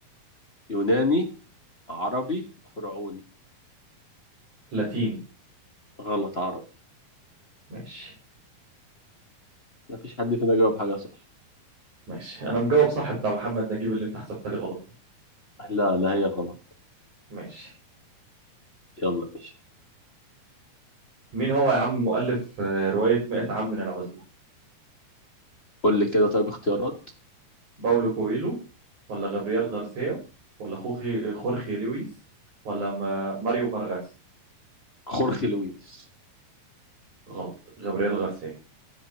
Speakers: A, on the left; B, on the right.
A: يوناني عربي فرعوني
B: لاتيني
A: غلط عربي
B: ماشي
A: لا فيش حد فينا جاوب حاجة صح
B: ماشي انا مجاوب صح بتاع محمد نجيب اللي انت حسبتها لي غلط دي
A: لا لا هي غلط
B: ماشي
A: يلا يا باشا
B: مين هو يا عم مؤلف آه، رواية 100 عام من العزلة
A: قول لي كده طيب اختيارات
B: باولو كويلو ولا غابرييل غارسيا ولا خوخي خورخي لويس ولا ما... ماريو فارغاس
A: خورخي لويس
B: غلط غابرييل غارسيا